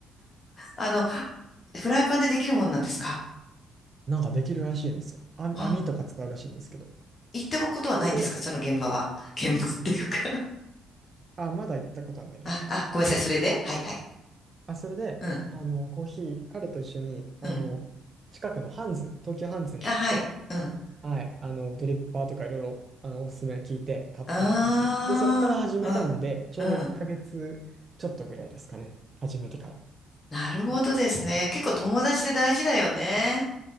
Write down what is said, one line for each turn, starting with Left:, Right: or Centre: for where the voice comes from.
Left: あの、フライパンでできるもんなんですか
Right: なんかできるらしいんですよ。あ、
Left: う
Right: 網とか使うらしいんですけど。
Left: 行ったことはないんですかその現場は。
Right: それで、
Left: 現場っていうか
Right: あ、まだ行ったことはないです。
Left: あ、あ、ごめんなさい。それではいはい。
Right: あ、それで、
Left: うん、
Right: あの、コーヒー、彼と一緒に、あの、
Left: うん。
Right: 近くのハンズ、東京ハンズに行って、
Left: あ、はい。うん。
Right: はい、あの、ドリッパーとかいろいろ、あの、おすすめ聞いて買ったんですよね。
Left: ああ、
Right: で、そこから始めたので、ちょうど1ヶ月ちょっとぐらいですかね。
Left: うん、うん。
Right: 始めてから。
Left: なるほどですね。結構友達で大事だよね。